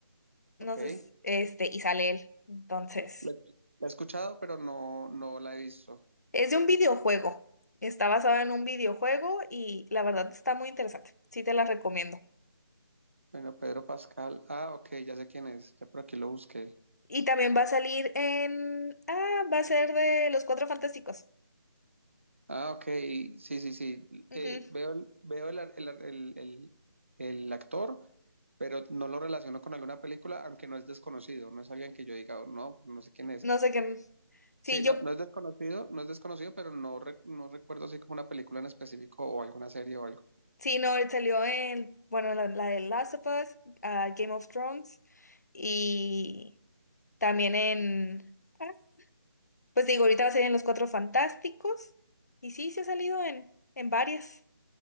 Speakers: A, on the left; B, on the right.
A: No
B: ok.
A: sé, si- este, y sale él. Entonces,
B: La, la he escuchado, pero no, no la he visto.
A: es de un videojuego. Está basada en un videojuego y la verdad está muy interesante. Sí, te la recomiendo.
B: Bueno, Pedro Pascal. Ah, ok, ya sé quién es. Ya por aquí lo busqué.
A: Y también va a salir en... Ah, va a ser de Los Cuatro Fantásticos.
B: Ah, ok. Sí, sí, sí.
A: Ujú.
B: Eh, veo el, veo el, el, el, el el actor. pero no lo relaciono con alguna película, aunque no es desconocido, no es alguien que yo diga, "Oh, no, no sé quién es.
A: No sé qué... Sí,
B: Sí, no,
A: yo...
B: no es desconocido, no es desconocido, pero no, re- no recuerdo así como una película en específico o alguna serie o algo.
A: Sí, no, él salió en... Bueno, la, la de Last of Us, ah, Game of Thrones y también en... ah, Pues digo, ahorita va a salir en Los Cuatro Fantásticos. Y sí, se ha salido en, en varias.